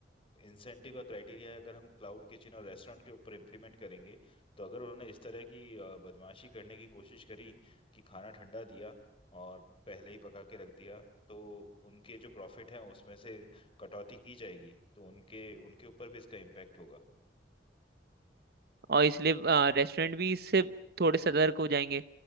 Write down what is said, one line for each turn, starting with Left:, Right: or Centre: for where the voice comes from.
Left: इंसेंटिव का क्राइटेरिया है अगर हम क्लाउड किचन और रेस्टोरेंट के ऊपर इम्प्लीमेंट करेंगे तो अगर उन्होंने इस तरह की अ, बदमाशी करने की कोशिश करी कि खाना ठंडा दिया और पहले ही पका के रख दिया तो उनके जो प्रॉफिट हैं उसमें से कटौती की जाएगी तो उनके उनके ऊपर भी इसका इम्पैक्ट होगा
Right: और इसलिए रेस्टोरेंट भी इससे थोड़े सतर्क हो जाएंगे